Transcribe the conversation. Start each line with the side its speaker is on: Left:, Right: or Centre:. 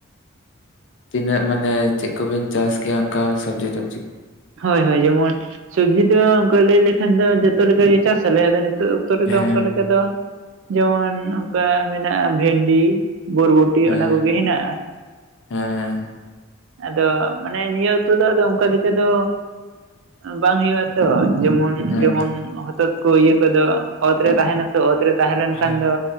Left: ᱛᱤᱱᱟᱹᱜ ᱢᱟᱱᱮ ᱪᱮᱜ ᱠᱚᱵᱤᱱ ᱪᱟᱥ ᱠᱮᱭᱟ ᱚᱱᱠᱟ ᱥᱚᱵᱽᱡᱤ ᱴᱚᱵᱡᱤ ᱠᱚ?
Right: ᱦᱳᱭ ᱦᱳᱭ ᱡᱮᱢᱚᱱ ᱥᱚᱵᱽᱡᱤ ᱫᱚ ᱚᱝᱠᱟ ᱞᱟᱹᱭ ᱞᱮᱠᱷᱟᱱ ᱫᱚ ᱡᱚᱛᱚ ᱞᱮᱠᱟ ᱜᱮ ᱪᱟᱥᱟᱞᱮ, ᱟᱫᱚ ᱱᱤᱛᱚᱜ ᱚᱠᱛᱚ ᱨᱮᱫᱚ
Left: ᱦᱮᱸ
Right: ᱚᱝᱠᱟ ᱞᱮᱠᱟ ᱫᱚ ᱡᱮᱢᱚᱱ ᱚᱱᱠᱟ ᱢᱮᱱᱟᱜᱼᱟ ᱵᱷᱮᱱᱰᱤ ᱵᱳᱨᱵᱷᱩ ᱴᱤ
Left: ᱦᱮᱸ
Right: ᱚᱱᱟᱠᱚᱜᱮ ᱦᱮᱱᱟᱜ-ᱟ᱾
Left: ᱦᱮᱸ
Right: ᱟᱫᱚ ᱢᱟᱱᱮ ᱱᱤᱭᱟᱹ ᱚᱠᱛᱚ ᱫᱚ ᱚᱝᱠᱟ ᱞᱮᱠᱟ ᱫᱚ ᱵᱟᱝ ᱦᱩᱭᱩᱜᱼᱟ ᱛᱚ ᱡᱮᱢᱚᱱ
Left: ᱦᱮᱸ
Right: ᱡᱮᱢᱚᱱ ᱦᱚᱛᱚᱫ ᱠᱚ ᱤᱭᱟᱹ ᱠᱚᱫᱚ ᱚᱛ ᱨᱮ ᱛᱟᱦᱮᱸᱱᱟᱛᱚ ᱚᱛ ᱨᱮ ᱛᱟᱦᱮᱸ ᱞᱮᱱ ᱠᱷᱟᱱ
Left: ᱦᱮᱸ
Right: ᱫᱚ